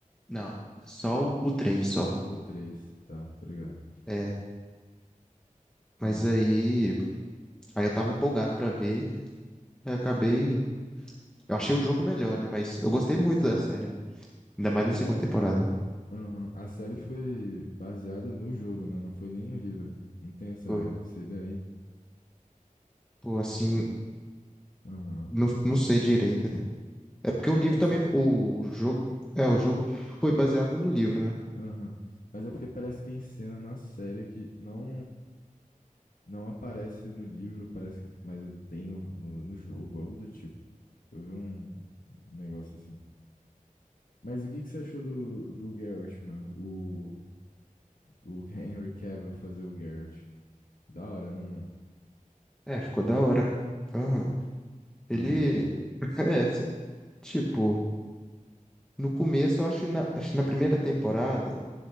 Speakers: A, in the centre; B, on the left (about 80°).
A: Não, só o, o 3, só.
B: O três, tá, tá ligado?
A: É,
B: Ah,
A: mas aí. Aí eu tava empolgado pra ver. Aí eu acabei. Eu achei o jogo melhor, né? Mas eu gostei muito
B: sim.
A: da série. Ainda mais na
B: É
A: segunda
B: que a,
A: temporada.
B: aham, a série foi baseada no jogo, né? Não foi nem no livro. Não tem essa,
A: Foi.
B: essa ideia aí?
A: Pô, assim,
B: Aham.
A: não, não sei direito. É porque o livro
B: Ah, não
A: também.
B: sabe?
A: O jogo. É, o jogo foi baseado no livro, né?
B: Aham. Mas é porque parece que tem cena na série que não. Não aparece no livro, parece que, mas tem no, no, no jogo, algo do tipo. Eu vi um, um negócio assim. Mas o que que você achou do, do Geralt, mano? O, o <laughs> Henry Cavill fazer o Geralt. Da hora, né, mano?
A: É, ficou da hora. Aham. Ele.
B: Aham.
A: <laughs> É, se- tipo, no começo eu acho que na, acho que na primeira temporada